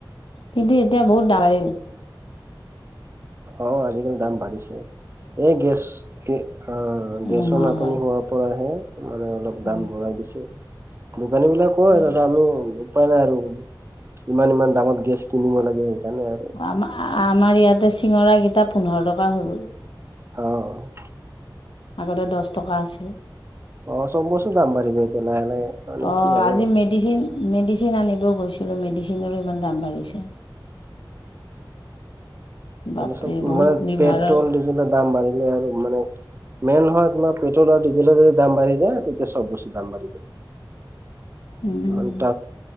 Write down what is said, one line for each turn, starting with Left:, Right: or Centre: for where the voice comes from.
Left: কিন্তু এতিয়া বহুত দাম বাঢ়িল
Right: অ আজিকালি দাম বাঢ়িছে। এই গেছ অ গেছৰ
Left: নোহোৱা
Right: নাটনি
Left: হোৱাই
Right: হোৱাৰ পৰাহে। মানে অলপ
Left: উম,
Right: দাম বঢ়াই দিছে। দোকানী বিলাক কয়
Left: উম।
Right: দাদা আমি উপায় নাই আৰু ইমান ইমান দামত গেছ কিনিব লাগে। সেইকাৰণে আৰু
Left: আম আমাৰ ইয়াতে চিঙৰাৰাকিটা পোন্ধৰ টকা হৈ গ'ল।
Right: অঁহ।
Left: আগতে দহ টকা আছিলে।
Right: অ চব বস্তু দাম বাঢ়িব এতিয়া লাহে লাহে। মানে
Left: অঁ,
Right: কি আৰু
Left: আজি মেডিচিন মেডিচিন আনিবও গৈছিলো মেডিচিনৰো ইমান দাম বাঢ়িছে। বাপৰে
Right: এই চব
Left: বহুত
Right: মানে
Left: লিভাৰৰ
Right: পেট্ৰল ডিজেলৰ দাম বাঢ়িলে আৰু মানে। মেইন হয় তোমাৰ পেট্ৰল আৰু ডিজেলৰ যদি দাম বাঢ়ি যায় তেতিয়া চব বস্তু দাম বাঢ়ি যায়।
Left: উম
Right: মপ